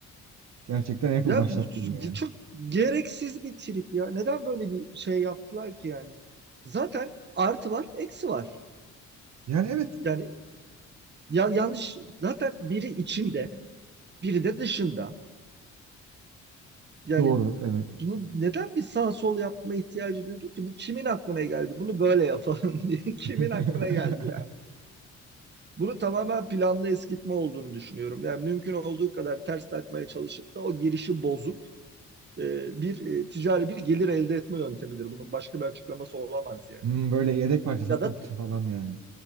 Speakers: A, on the right; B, on the right.
A: Gerçekten Apple
B: Ya
A: başlattı
B: bu
A: bunu yani.
B: çok gereksiz bir trip ya. Neden böyle bir şey yaptılar ki yani? Zaten artı var, eksi var.
A: Yani evet.
B: Yani ya, yanlış zaten biri içinde, biri de dışında. Yani
A: Doğru evet.
B: bunu neden bir sağ sol yapma ihtiyacı duydu ki? Bu kimin aklına geldi? Bunu böyle yapalım diye. <laughs> Kimin
A: <laughs>
B: aklına geldi ya? Bunu tamamen planlı eskitme olduğunu düşünüyorum. Yani mümkün olduğu kadar ters takmaya çalışıp da o girişi bozup e, bir e, ticari bir gelir elde etme yöntemidir. Bunun başka bir açıklaması olamaz yani.
A: Hmm, böyle yedek parça satmak
B: Ya da
A: için falan yani.